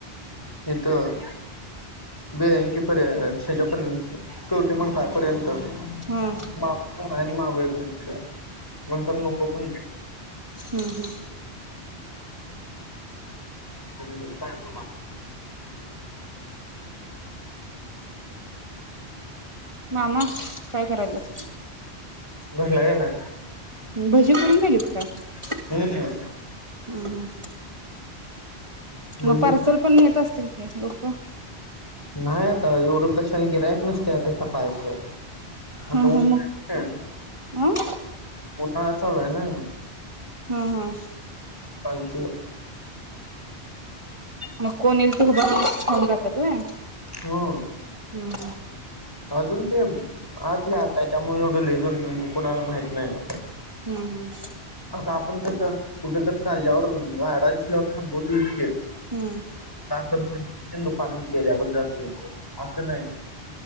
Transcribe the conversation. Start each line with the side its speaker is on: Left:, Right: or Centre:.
Left: इथं बेळंकीपर्यंत ह्याच्यापर्यंत कवठेमहांकाळ पर्यंत <unintelligible>
Right: हम्म
Left: महाबळेश्वर म्हणतान नको म्हणले
Right: हम्म हम्म
Left: हेच हाय तुम्हाला
Right: मामा काय करायल्यात?
Left: घरला गेलाय
Right: म् भजी करून गेलीत काय?
Left: हम्म
Right: हम् हम्
Left: म्हणजे
Right: मग पार्सल पण नेत असती् असतील की लोक
Left: नाही आता येवढं कशाला गिरायक नसतंय आता सकाळचं
Right: हां
Left: आता ऊन
Right: हां मग् अं <inaudible>
Left: उन्हाळा चालू हाय नाय ना
Right: हा हा
Left: कालची
Right: मग कोण येईल ते हुभारुन खाऊन जात्यात व्हय
Left: हो
Right: हम्म
Left: आजून ते आतल्या आत हाय त्यामुळे एवढे लय् ह <unintelligible> कुणाला माहित नाहीत
Right: हम्म हम्म
Left: आता आपण कसं कुठं तरी चालल्यावर गाडा दिसल्यावर थांबवतोयच की साखर
Right: हम्म
Left: पाणी दुकानात गेल्यावर जातेय जे असं नाही